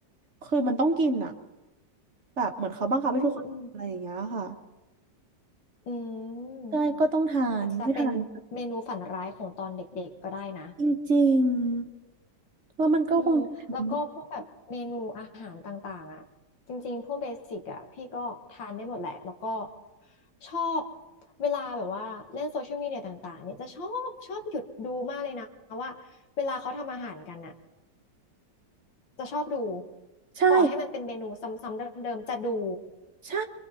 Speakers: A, on the right (about 40°); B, on the left (about 85°).
A: คือมันต้องกินอ่ะแบบเหมือนเขาบังคับให้ทุกคนอะไรอย่างเงี้ยค่ะ
B: อืมอืมอืม
A: ใช่ก็ต้องทานไม่ทาน
B: อาจจะเป็นเมนูฝันร้ายของตอนเด็กๆก็ได้นะ
A: จริงๆแล้วมันก็คงจะถึง
B: อืมแล้วก็พวกแบบเมนูอาหารต่างๆอ่ะจริงๆพวกเบสิกอ่ะพี่ก็ทานได้หมดแหละแล้วก็ชอบเวลาแบบว่าเล่นโซเชียลมีเดียต่างๆเนี่ยจะชอบชอบหยุดดูมากเลยนะว่าเวลาเขาทำอาหารกันอะ จะชอบดู
A: ใช่
B: ต่อให้มันเป็นเมนูซ้ำๆเดิมๆจะดู
A: ใช่